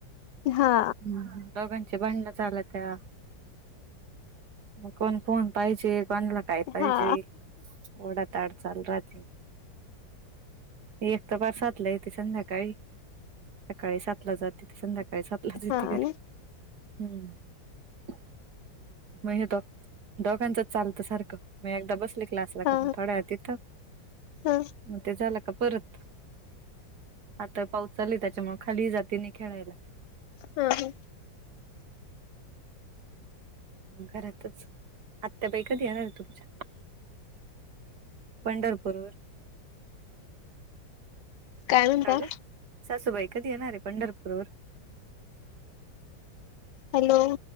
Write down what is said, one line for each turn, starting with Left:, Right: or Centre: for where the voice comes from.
Left: हा.
Right: ह दोघांचे बांण झालं त्या. कोण फोन पाहिजे कोणाला काय पाहिजे
Left: हा
Right: ओडाात आड चालू राहतील. एक तर फार सातला यथे संध्याकाळी सकाळी सातला जातथे संध्याकाळी सात. जती
Left: हा
Right: कररी
Left: ना
Right: हम्म. मग हे द दोघांचच चालतं सारखं म एकदा बसले. क्लास ला
Left: हा
Right: करून थोड्या तथ.
Left: हा.
Right: मग ते झालं का परत. आता पाऊस चाल त्याच्यामुळे खाली जाती नाही खेळायला.
Left: हा ह.
Right: घरातच आत्याबाई कधी येणार तुमच्या. पंढरपूर वर.
Left: काय म्हणता.
Right: का ग सासूबाई कधी येणार आहे पंढरपूर वर.
Left: हॅलो.